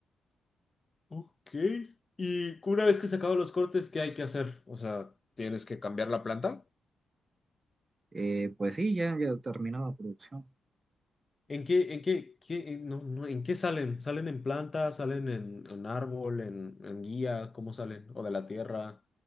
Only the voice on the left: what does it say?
Ok. Y una vez que se acaban los cortes, ¿qué hay que hacer? O sea, ¿tienes que cambiar la planta?
¿En qué, en qué, qué, en- no, no, ¿en qué salen? ¿Salen en planta? ¿Salen en, en árbol? ¿En, en guía? ¿Cómo salen? ¿O de la tierra?